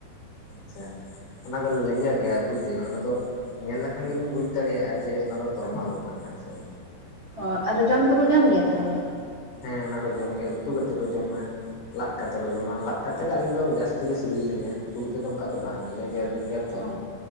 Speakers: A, on the left; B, on the right.
A: ᱟᱪᱪᱷᱟ ᱚᱱᱟ ᱫᱚ ᱞᱮᱸᱡᱮᱨ ᱜᱮᱭᱟ ᱵᱩᱡ ᱫᱟᱹᱧ ᱚᱱᱟ ᱫᱚ ᱧᱮᱞ ᱞᱮᱠᱷᱟᱱ ᱜᱮᱵᱤᱱ ᱵᱩᱡᱽ ᱫᱟᱲᱮᱭᱟᱜᱼᱟ ᱡᱮ ᱚᱱᱟ ᱫᱚ ᱛᱚᱨᱢᱟᱞ ᱩᱫᱽ ᱠᱟᱱᱟ ᱦᱮᱸᱥᱮ ᱾
B: ᱚ ᱟᱫᱚ ᱡᱚᱢ ᱫᱚᱠᱚ ᱡᱚᱢ ᱜᱮᱭᱟ ᱛᱟᱦᱚᱞᱮ ᱾
A: ᱦᱮᱸ ᱚᱱᱟ ᱠᱚ ᱡᱚᱢ ᱜᱮᱭᱟ ᱩᱛᱩ ᱠᱟᱛᱮᱫ ᱠᱚ ᱡᱚᱢᱟ ᱾ ᱞᱟᱜ ᱠᱟᱛᱮ ᱠᱚ ᱡᱚᱢᱟ ᱞᱟᱜ ᱠᱟᱛᱮ ᱜᱮ ᱟᱹᱞᱤᱧ ᱫᱚ ᱡᱟᱹᱥᱛᱤ ᱜᱮ ᱥᱤᱵᱤᱞ ᱞᱤᱧᱟᱹ ᱩᱛᱩ ᱛᱮᱫᱚ ᱚᱱᱠᱟ ᱫᱚ ᱵᱟᱝ ᱞᱮᱹᱡᱮᱨ ᱧᱚᱜ ᱜᱮᱭᱟ ᱾
B: ᱚ